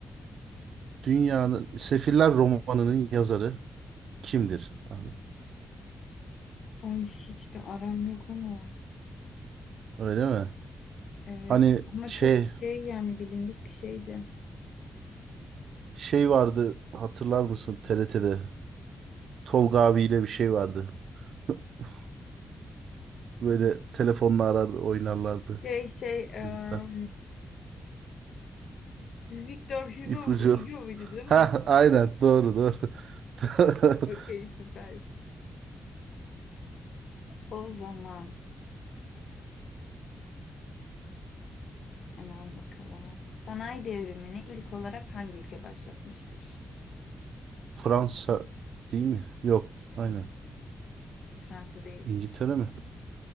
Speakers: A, on the right; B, on the left.
A: Dünyanın Sefiller romanının yazarı kimdir? Abi?
B: Ay hiç de aram yok ama.
A: Öyle mi?
B: Evet.
A: Hani
B: Ama
A: şey
B: çok şey yani bilindik bir şeydi.
A: şey vardı hatırlar mısın TRT'de Tolga abiyle bir şey vardı. <laughs> Böyle telefonla arardı oynarlardı
B: Şey şey eee,
A: çocuklar.
B: Victor Hugo,
A: İpucu.
B: Hugo muydu değil mi?
A: Ha, aynen doğru doğru. <laughs>
B: <laughs> Okey süper. O zaman hemen bakalım. Sanayi devrimini ilk olarak hangi ülke başlatmıştır?
A: Fransa değil mi? Yok, aynen.
B: Yine Fransa değil.
A: İngiltere mi?